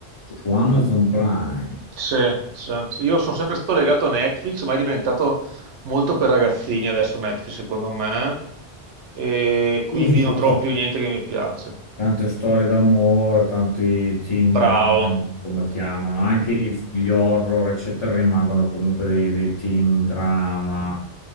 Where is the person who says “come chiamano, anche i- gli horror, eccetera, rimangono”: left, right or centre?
Left